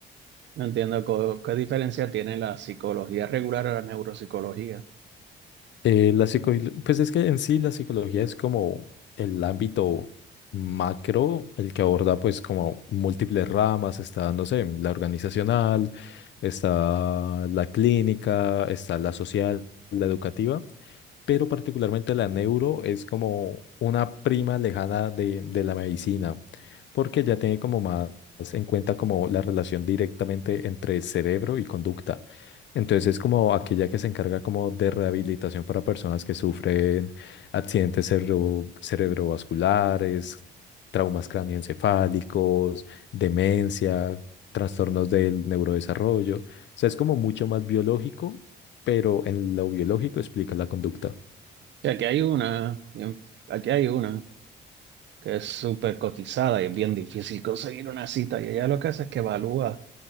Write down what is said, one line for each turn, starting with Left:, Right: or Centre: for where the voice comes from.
Right: No entiendo co- qué, diferencia tiene la psicología regular a la neuropsicología.
Left: Eh, la psico- pues es que en sí la psicología es como el ámbito macro, el que aborda pues como múltiples ramas, está, no sé, la organizacional, está la clínica, está la social, la educativa pero particularmente la neuro es como una prima lejana de, de la medicina, porque ya tiene como más en cuenta como la relación directamente entre cerebro y conducta. Entonces es como aquella que se encarga como de rehabilitación para personas que sufren accidentes cerebro- cerebrovasculares, traumas cranioencefálicos, demencia, trastornos del neurodesarrollo. O sea, es como mucho más biológico, pero en lo biológico explica la conducta.
Right: Que aquí hay una, bien- aquí hay una que es súper cotizada y es bien difícil conseguir una cita. Y ella lo que hace es que evalúa